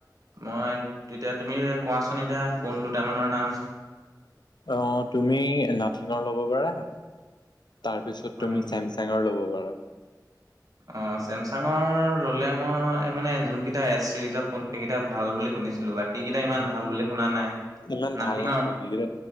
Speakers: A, on the right (about 50°); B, on the left (about 75°).
A: মই তেতিয়া তুমি কোৱাচোন এতিয়া ফোন দুটামানৰ নাম
B: অ, তুমি নাথিঙৰ ল'ব পাৰা তাৰপিছত
A: হয়
B: তুমি
A: নেকি?
B: চেমচ চেঙৰ ল'ব পাৰা
A: অ, চেমচাঙৰ ল'লে মই এই মানে যোনকেইটা এছ চিৰিজৰ ফোন সেইকেইটা ভাল বুলি শুনিছিলো বাক সিকিটা ইমান
B: উম,
A: ভাল বুলি শুনা নাই
B: ইমান
A: নাথিঙৰ
B: ভাল নহয় বাকী কিটা